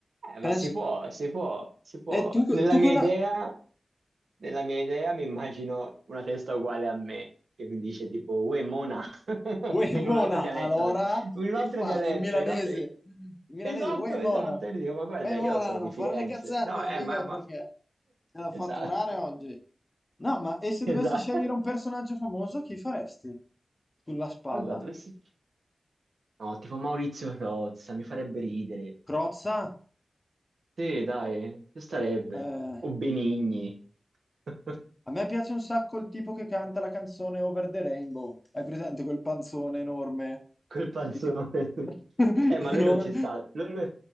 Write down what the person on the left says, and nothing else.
Penso...
E tu,
tu
con
la...
Uè,
Mona,
allora,
che
fai?
In milanese.
In milanese,
uè, Mona.
Uè, Mona,
non
fare le cazzate,
figa,
perché te la fatturare
oggi. No, ma
e se dovessi
scegliere un personaggio famoso, chi faresti? Sulla spalla.
Crozza?
Eh,
A me piace un sacco il tipo che canta la canzone Over the Rainbow. Hai presente quel panzone enorme?
Il che- <laughs>
enorme.